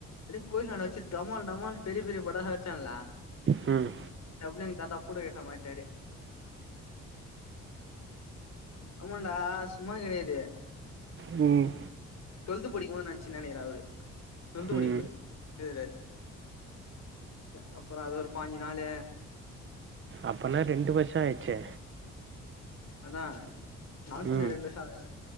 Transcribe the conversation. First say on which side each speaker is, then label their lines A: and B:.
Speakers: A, on the left (about 55°); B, on the right (about 40°).
A: கோயில்லான்ட வெச்சு டமால் டமால்னு பெரிய பெரிய பட்டாசா வெட்ச்சல்ல
B: ம்
A: டப்னு எங்க தாத்தா பூட்ட கேசா மாரிட்டாரு ஆமாண்டா சும்மா கெடயாது
B: ம்
A: டுவெல்த்து படிக்கும்போது நடஞ்சுனு நெனைக்கிறே அவரு டுவெல்த்து படிக்கும்போது
B: ம்
A: <unintelligible> அப்றோ அது ஒரு பாஞ்சு நாளு
B: அப்பனா ரெண்டு வருஷோ ஆயிடுச்சே
A: அதா நா சொன்னே
B: ம்
A: ரெண்டு வருஷோ ஆகுதுன்னு